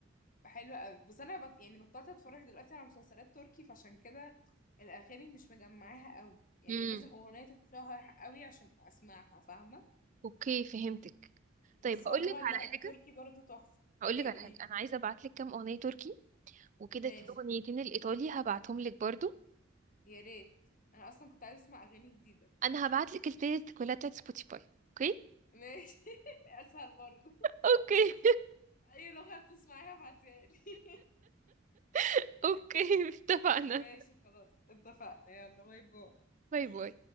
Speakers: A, on the left (about 45°); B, on the right (about 40°).
A: حلوة قوي بس انا بط... يعني بطلت اتفرج دلوقتي على مسلسلات تركي فعشان كده الاغاني مش مجمعاها قوي يعني
B: امم
A: لازم اغنية تتشهر قوي عشان اسمعها فاهمة
B: اوكي فهمتك
A: بس
B: طيب
A: عموما
B: هقول لك على
A: لا
B: حاجة
A: التركي برضو تحفة
B: هقول
A: ايه
B: لك على
A: قوليلي
B: حاجة انا عايزة ابعت لك كام اغنية تركي وكده
A: ماشي
B: في اغنيتين الايطالي هبعتهم لك برضو
A: يا ريت انا اصلا كنت عايزة اسمع اغاني جديدة
B: انا هبعت لك البلاي ليست كلها بتاعت سبوتيفاي اوكي
A: ماشي <laughs> اسهل برضو
B: اوكي
A: اي لغة بتسمعيها ابعتيها لي
B: <laughs> اوكي اتفقنا
A: <laughs> ماشي خلاص اتفقنا يلا باي باي
B: باي باي